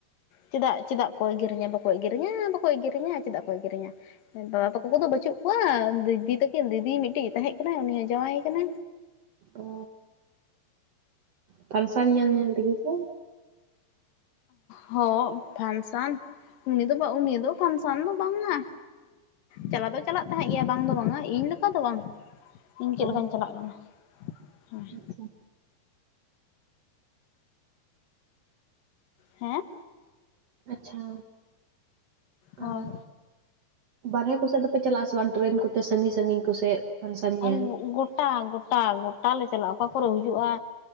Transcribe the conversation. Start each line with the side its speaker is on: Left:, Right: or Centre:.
Left: ᱪᱮᱫᱟᱜ ᱪᱮᱫᱟᱜ ᱠᱚ ᱮᱜᱮᱨᱤᱧᱟ? ᱵᱟᱠᱚ ᱮᱜᱮᱨᱤᱧᱟᱹ ᱵᱟᱠᱚ ᱮᱜᱮᱨᱤᱧᱟᱹ ᱪᱮᱫᱟᱜ ᱠᱚ ᱮᱜᱮᱨᱤᱧᱟᱹ? ᱮ ᱫᱟᱫᱟ ᱛᱟᱠᱚ ᱠᱚᱫᱚ ᱵᱟᱹᱪᱩᱜ ᱠᱚᱣᱟ, ᱫᱤᱫᱤ ᱛᱟᱹᱠᱤᱱ ᱫᱤᱫᱤ ᱢᱤᱫᱴᱤᱡ ᱛᱟᱦᱮᱸᱡ ᱠᱟᱱᱟᱭ ᱩᱱᱤ ᱦᱚᱸ ᱡᱟᱶᱟᱭ ᱠᱟᱱᱟ᱾
Right: ᱚ ᱯᱷᱟᱱᱥᱚᱱ ᱧᱮᱞ ᱧᱮᱞ ᱛᱮᱜᱮ ᱥᱮ?
Left: ᱦᱚᱸᱜ ᱯᱷᱟᱱᱥᱚᱱ ᱩᱱᱤ ᱫᱚ ᱵᱟᱝ ᱩᱱᱤ ᱫᱚ ᱯᱷᱟᱥᱚᱱ ᱫᱚ ᱵᱟᱝᱟ᱾ ᱪᱟᱞᱟᱣ ᱫᱚ ᱪᱟᱞᱟᱜ ᱛᱟᱦᱮᱸᱡ ᱜᱮᱭᱟ ᱵᱟᱝ ᱫᱚ ᱵᱟᱝᱟ ᱤᱧ ᱞᱮᱠᱟ ᱫᱚ ᱵᱟᱝ᱾ ᱤᱧ ᱪᱮᱫ
Right: ᱚ
Left: ᱞᱮᱠᱟᱧ ᱪᱟᱞᱟᱜ ᱠᱟᱱᱟ ᱦᱮᱸ ᱾
Right: ᱟᱪᱪᱷᱟ
Left: ᱦᱮᱸ,
Right: ᱟᱪᱪᱷᱟ,
Left: ᱦᱳᱭ
Right: ᱟᱨ ᱵᱟᱨᱦᱮ ᱠᱚ ᱥᱮᱫ ᱫᱚᱯᱮ ᱪᱟᱞᱟᱜ-ᱟ ᱥᱮ ᱵᱟᱝ? ᱴᱨᱮᱱ ᱠᱚᱛᱮ ᱥᱟᱺᱜᱤᱧ ᱥᱟᱺᱜᱤᱧ ᱠᱚᱥᱮᱫ? ᱯᱷᱟᱱᱥᱚᱱ ᱧᱮᱞ?
Left: ᱟᱜ ᱜᱚᱴᱟ ᱜᱚᱴᱟ ᱜᱚᱴᱟ ᱞᱮ ᱪᱟᱞᱟᱜ-ᱟ, ᱚᱠᱟ ᱠᱚᱨᱮ ᱦᱩᱭᱩᱜ-ᱟ᱾